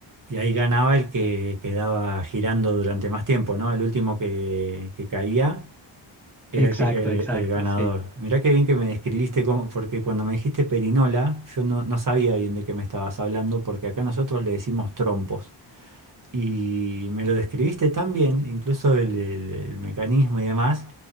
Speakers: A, on the right (about 45°); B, in the centre.
A: Y ahí ganaba el que quedaba girando durante más tiempo, ¿no? El último que, que caía era
B: Exacto,
A: el, que- el-
B: exacto,
A: el ganador.
B: sí.
A: Mirá qué bien que me describiste, cómo- porque cuando me dijiste perinola, yo no, no sabía bien de qué me estabas hablando, porque acá nosotros le decimos trompos. Y me lo describiste tan bien, incluso el, el- el mecanismo y demás,